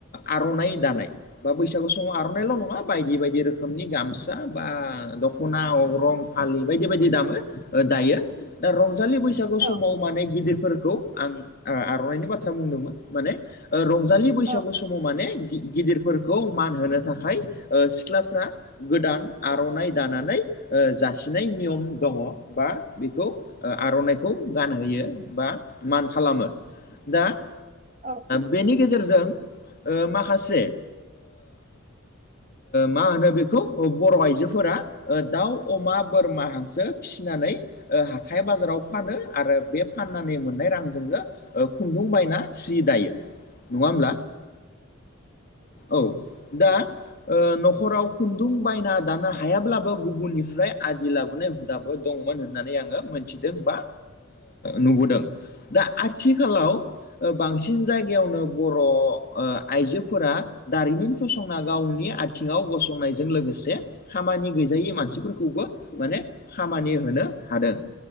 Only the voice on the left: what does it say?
आर'नाय दानाय बा बैसागु सम समाव आर'नायल' नङा बायदि बायदि रोखोमनि गामसा फसा बा दख'ना अग्रं फालि बायदि बायदि दामो दायो दा रंजालि बैस बैसागु
समाव माने गिदिरफोरखौ आं आर'नाइनि बाथ्रा बुंदोंमोन माने रंजालि बैसागु
समाव माने गिदिरफोरखौ मान होनो थाखाय सिख्लाफ्रा गोदान आर'नाइ दानानै जासिनाय नियम दङ बा बेखौ आर'नाइखौ गानहोयो बा मान खालामो दा
बेनि गेजेरजों माखासे मा होनो बेखौ बर' आइजोफोरा दाउ अमा बोरमा हांसो फिसिनानै हाथथाय बाजाराव फानो आरो बे फाननानै मोननाय रांजोंनो खुन्दुं बायना सि दायो नङा होमब्ला औ दा न'खराव खुन्दुं बायना दानो हायाब्लाबो गुबुननिफ्राय आदि लाबोनाय दाबो दंमोन होननानै आङो मोनथिदों बा नुबोदों। दा आथिखालाव ओ बांसिन जायगायावनो बर' आइजोफोरा दारिमिन फसंना गावनि आथिङाव गसंनायजों लोगोसे खामानि गैजायै मानसिफोरखौबो माने खामानि होनो हादों।